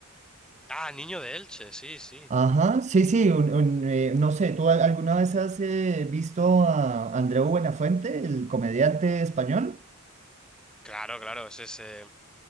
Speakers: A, in the centre; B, on the right.
A: Ah, Niño de Elche, sí, sí.
B: Ajá, sí, sí, un- un, eh, no sé, ¿tú al- alguna vez has eh, visto a Andreu Buenafuente, el comediante español?
A: Claro, claro, ese es... eh,